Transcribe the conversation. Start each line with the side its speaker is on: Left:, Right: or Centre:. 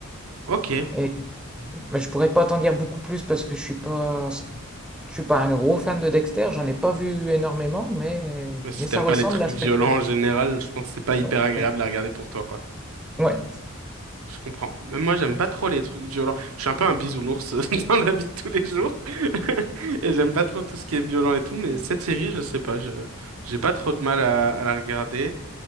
Right: ok.
Centre: Et, mais je pourrais pas t'en dire beaucoup plus parce que je suis pas, je suis pas un gros fan de Dexter. J'en ai pas vu énormément, mais,
Right: Ouais, Si
Centre: mais ça
Right: t'aimes
Centre: ressemble
Right: pas les trucs
Centre: à
Right: violents
Centre: ce que tu.
Right: en général, je pense que c'est pas hyper
Centre: Ouais,
Right: agréable
Centre: ouais.
Right: à regarder pour toi, quoi.
Centre: Ouais,
Right: Je comprends. Même moi, j'aime pas trop les trucs violents. Je suis un peu un bisounours <laughs> dans la vie de tous les jours. <laughs> Et j'aime pas trop tout ce qui est violent et tout. Mais cette série, je sais pas, je j'ai pas trop de mal à, à la regarder.